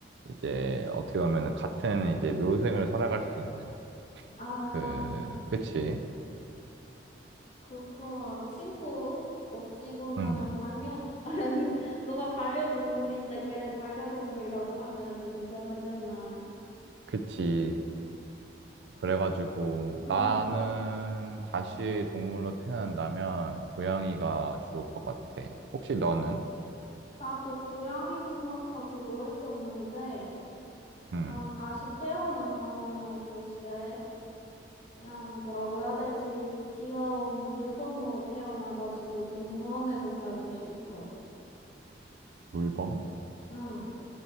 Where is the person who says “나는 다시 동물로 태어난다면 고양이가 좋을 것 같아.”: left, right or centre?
Right